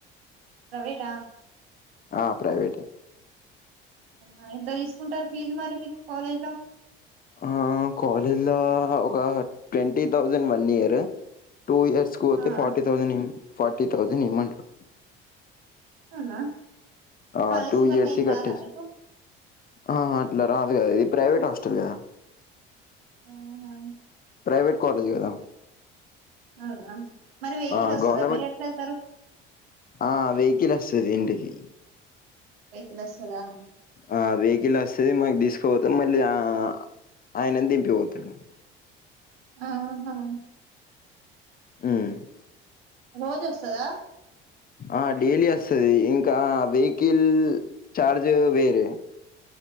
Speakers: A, on the right (about 85°); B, on the left (about 30°).
A: ప్రైవేటా
B: ఆ ప్రైవేటే
A: ఆ ఎంత తీసుకుంటారు ఫీజు మరి మీకు కాలేజ్‌లో
B: ఆ కాలేజ్‌లో ఒక twenty thousand one year two years కు పోతే
A: ఆ
B: ఫార్టీ థౌజండ్ ఇం ఫార్టీ థౌజండ్ ఇమంటారు
A: అవునా
B: ఆ
A: స్కాలర్షిప్
B: టూ ఇయర్స్
A: అట్లా ఏం
B: కట్టేసి
A: రాదా మీకు
B: ఆహా అట్లా రాదు కదా ఇది ప్రైవేట్ హాస్టల్ కదా
A: ఆహా
B: ప్రైవేట్ కాలేజ్ కదా
A: అవునా మరి వెహికల్
B: ఆ!
A: వస్తాదా
B: గవర్నమెంట్
A: మీరు ఎట్లా ఎళ్తారు
B: ఆ వెహికల్ వస్తది ఇంటికి
A: వెహికల్ వస్తదా
B: ఆ వెహికల్ వస్తది మాకు తీసుకుపోతం మళ్ళీ ఆ ఆయనని దింపిపోతాడు
A: ఆహా
B: ఉమ్మ్
A: రోజు వస్తదా
B: ఆ డైలీ వస్తది ఇంకా వెహికల్ చార్జ్ వేరే